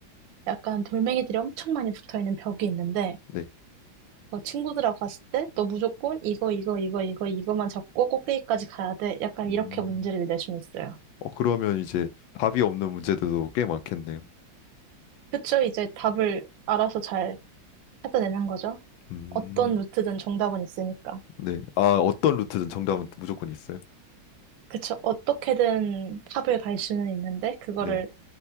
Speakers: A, on the right; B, on the left.
A: 약간 돌멩이들이 엄청 많이 붙어 있는 벽이 있는데
B: 네.
A: 뭐 친구들하고 갔을 때 너 무조건 이거 이거 이거 이거 이거만 잡고 꼭대기까지 가야 돼. 약간
B: 음.
A: 이렇게 문제를 낼 수는 있어요.
B: 어 그러면 이제 답이 없는 문제들도 꽤 많겠네요.
A: 그쵸? 이제 답을 알아서 잘 찾아내는 거죠.
B: 음.
A: 어떤 루트든 정답은 있으니까.
B: 네. 아, 어떤 루트든 정답은 무조건 있어요.
A: 그쵸? 어떻게든 탑을 갈 수는 있는데 그거를
B: 네.